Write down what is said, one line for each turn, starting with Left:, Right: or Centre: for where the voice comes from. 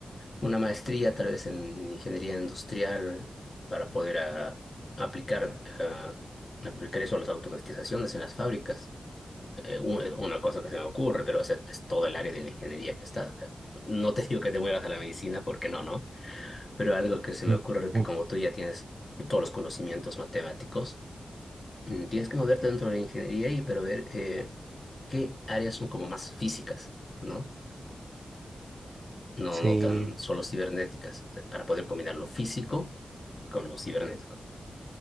Left: una maestría tal vez en ingeniería industrial para poder ah, aplicar, ah, aplicar eso a las automatizaciones en las fábricas. Eh, u- una cosa que se me ocurre, pero es, es todo el área de la ingeniería que está. No te <laughs> digo que te muevas a la medicina porque no, ¿no? Pero algo que se me
Right: Mm,
Left: ocurre que
Right: mm.
Left: como tú ya tienes todos los conocimientos matemáticos, mm, tienes que moverte dentro de la ingeniería y pero ver eh, qué áreas son como más físicas, ¿no? No,
Right: Sí.
Left: no tan solo cibernéticas, o sea, para poder combinar lo físico con lo cibernético.